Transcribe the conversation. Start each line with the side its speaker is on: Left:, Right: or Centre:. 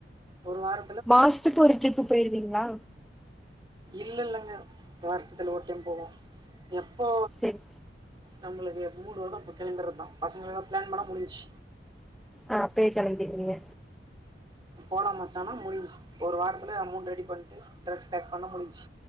Right: ஒரு வார
Centre: மாசத்துக்கு ஒரு ட்ரிப்பு பொயிர்வீங்ளா
Right: இல்லலங்க வருஷத்துல ஒரு டைம் போவோ எப்போ
Centre: செரி
Right: நம்ளுக்கு மூடு வருமா அப்ப கெளம்பிரதா பசங்களலா பிளான் பண்ணா முடிஞ்சி
Centre: அ அப்பயே கெளம்பிடுவீங்க
Right: போலா மச்சானா முடிஞ்சி ஒரு வாரதுல அமௌண்ட் ரெடி பண்ட்டு ட்ரஸ் பேக் பண்ணா முடிஞ்சி